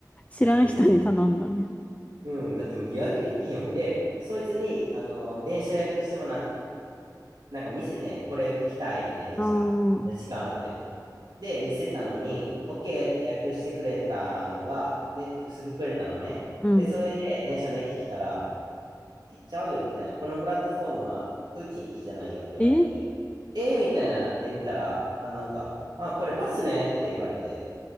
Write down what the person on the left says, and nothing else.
知らん人に頼んだんや。
ああ、うん、
うん。
え